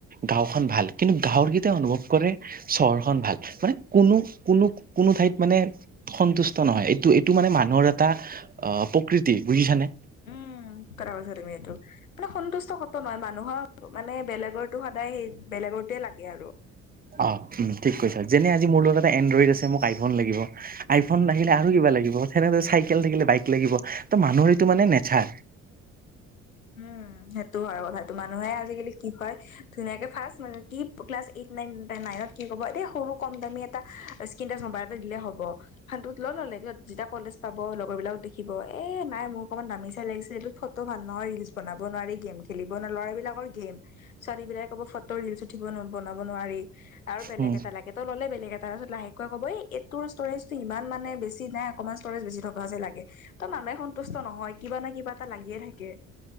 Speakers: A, on the right; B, on the left.
A: গাঁওখন ভাল কিন্তু গাঁৱৰকেইটাই অনুভৱ কৰে চহৰখন ভাল। মানে কোনো, কোনো কোনো ঠাইত মানে সন্তুষ্ট নহয়। এইটো এই টো মানে মানুহৰ এটা অঁ প্ৰকৃতি বুজিছানে?
B: উম ঠিক কথা কৈছা এইটো। মানে সন্তুষ্ট কতো নহয়। মানুহৰ মানে বেলেগৰটো সদায়, বেলেগৰটোৱে লাগে আৰু।
A: অহ্, উম ঠিক কৈছা। যেনে- আজি মোৰ লগত এটা এনড্ৰইড আছে মোক আইফোন লাগিব। আইফোন
B: উম
A: থাকিলে
B: উম
A: আৰু কিবা লাগিব, তেনেকে চাইকেল থাকিলে বাইক লাগিব। ত' মানুহ এইটো নেচাৰ।
B: উম, সেইটো হয় কথাটো। মানুহে আজিকালি কি কয় ধুনীয়াকে ফাৰ্ষ্ট মানে কিপ্ ক্লাছ এইট, নাইন এতিয়া নাইনত কি ক'ব এই সৰু কম দামী এটা স্কিন্তাছ ম'বাইল এটা দিলে হ'ব। সেয়াত দুধ লৈ ল'লে এদিনত। যেতিয়া কলেজ পাব, লগৰ বিলাকক দেখিব এ নাই মোক অকণমান দামি চাই লাগিছে এইটোত ফটো ভাল নহয়। ৰিল ৰীলছ বনাব নোৱাৰি, গেম খেলিব নোৱাৰি। ল'ৰাবিলাকৰ গেম ছোৱালীবিলাকে ক'ব ফটো, ৰিলচ উঠিব বনাব নোৱাৰি আৰু বেলেগ
A: উম
B: এটা লাগে। ত' ল'লে বেলেগে এটা তাৰপিছত লাহেকৈ ক'ব এইটোৰ ষ্টৰেজ ইমান মানে বেছি নাই অকণমান ষ্টৰেজ বেছি থকা আছে লাগে। ত' মানুহে সন্তুষ্ট নহয়। কিবা নহয় কিবা এটা লাগিয়ে থাকে।